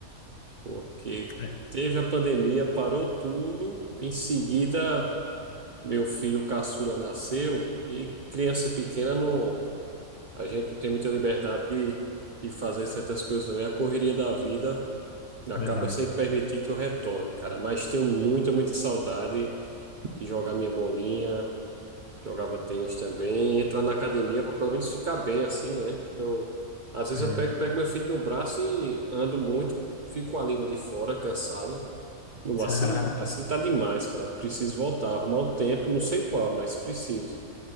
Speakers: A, on the right; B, on the left.
A: porque
B: é,
A: teve a pandemia, parou tudo, em seguida. Meu filho caçula nasceu e criança pequena não, a gente não tem muita liberdade de, de fazer certas coisas não. E a correria da vida acaba
B: verdade.
A: sem permitir que eu retorne, cara. Mas tenho muita, muita saudade de jogar minha bolinha, jogava tênis também, entrar na academia para pelo menos ficar bem assim, né? Eu, às vezes
B: É,
A: eu pego, pego meu filho no braço e ando muito, fico com a língua de fora, cansado. Não,
B: <laughs>
A: assim, assim tá demais, cara. Preciso voltar, arrumar o tempo, não sei qual, mas preciso.